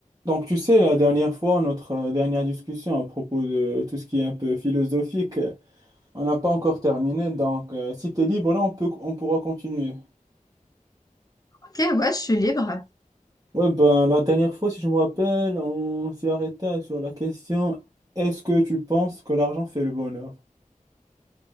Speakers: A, on the right; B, on the left.
A: Donc, tu sais, la dernière fois, notre euh, dernière discussion à propos de tout ce qui est un peu philosophique, euh, on n'a pas encore terminé. Donc, euh, si tu es libre, là, on peut, on pourra continuer.
B: Ok, ouais, je suis libre.
A: Ouais, ben, la dernière fois, si je me rappelle, on s'est arrêté sur la question, est-ce que tu penses que l'argent fait le bonheur?